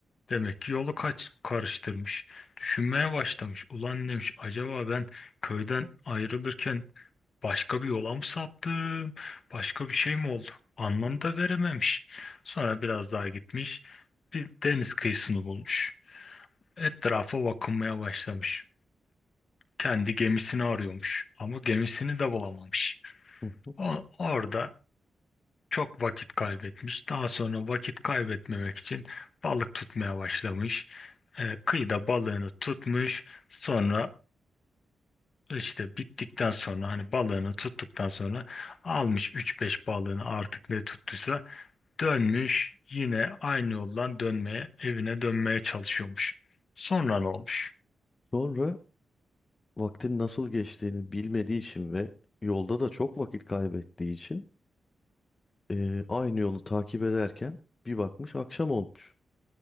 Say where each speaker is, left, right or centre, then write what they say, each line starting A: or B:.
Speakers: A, on the left; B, on the left.
A: demek ki yolu kaç karıştırmış. Düşünmeye başlamış. Ulan demiş acaba ben köyden ayrılırken Başka bir yola mı saptım? Başka bir şey mi oldu? Anlam da verememiş. Sonra biraz daha gitmiş. Bir deniz kıyısını bulmuş. Etrafa bakınmaya başlamış. Kendi gemisini arıyormuş ama gemisini de bulamamış.
B: Hı hı.
A: O, orada çok vakit kaybetmiş. Daha sonra vakit kaybetmemek için balık tutmaya başlamış. Ee, kıyıda balığını tutmuş. Sonra işte bittikten sonra hani balığını tuttuktan sonra almış üç beş balığını artık ne tuttuysa dönmüş. Yine aynı yoldan dönmeye, evine dönmeye çalışıyormuş. Sonra ne olmuş?
B: Sonra vaktin nasıl geçtiğini bilmediği için ve yolda da çok vakit kaybettiği için eee, aynı yolu takip ederken bir bakmış akşam olmuş.